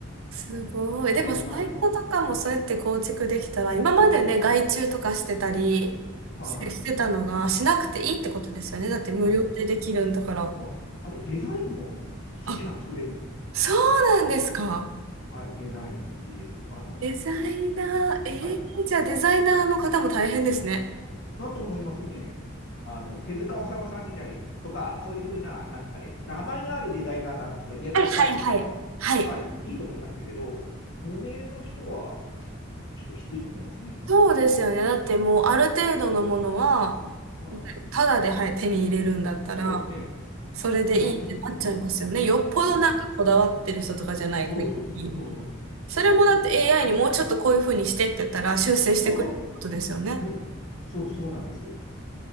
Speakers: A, on the right; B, on the left.
A: すごい。
B: 当たり前の、
A: でも、サイトとかもそうやって構築できたら、今までね、外注とかしてたりししてたのが、
B: は
A: しなくていいってことですよね。
B: い、はい、
A: だって無料でできるんだから。
B: はい。うん、あと、デザインもい綺麗なの作れるんですよ。
A: あ、そうなんですか。
B: はい、デザインもいいですよ。あの、
A: デザイナー、えー、
B: はい。
A: じゃあデザイナーの方も大変ですね。
B: だと思いますね。あの、手塚治虫さんみたいに、とか、そういうふうな、なんですかね、名前のあるデザイナーさん、デ、デデザインっていうか、
A: はいはいはい。はい。
B: まあ、いいと思いますけれど、無名の人は、ちょっときついと思いますね。
A: そうですよね。だってもうある程度のものは、
B: うん、
A: ただで、はい、手に入れるんだったら、
B: そうですね。
A: それでいいってなっちゃいますよね。
B: まあ、は、う
A: よっぽどなんかこだわってる人とかじゃない限り。
B: ん、うん、そうそうそう、
A: それもだって
B: うん、うん、
A: AI にもうちょっとこういう風にしてって言ったら修正してくれることですよね。
B: <laughs> そうそうねそうそうなんですよ。